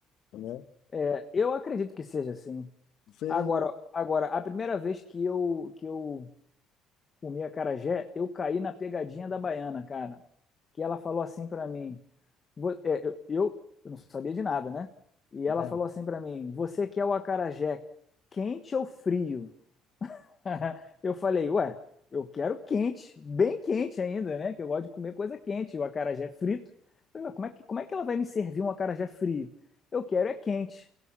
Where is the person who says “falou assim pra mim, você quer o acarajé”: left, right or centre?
Left